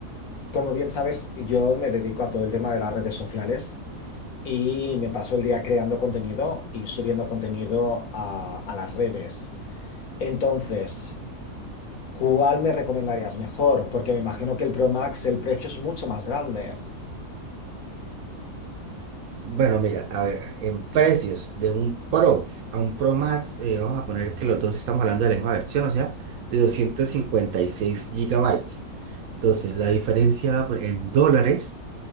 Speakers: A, on the left; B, on the right.
A: como bien sabes, yo me dedico a todo el tema de las redes sociales y me paso el día creando contenido y subiendo contenido a, a las redes. Entonces, ¿cuál me recomendarías mejor? Porque me imagino que el Pro Max, el precio es mucho más grande.
B: Bueno, mira, a ver, en precios de un Pro a un Pro Max, eh, vamos a poner que los dos estamos hablando de la misma versión, o sea, de 256 gigabytes Entonces, la diferencia pues, en dólares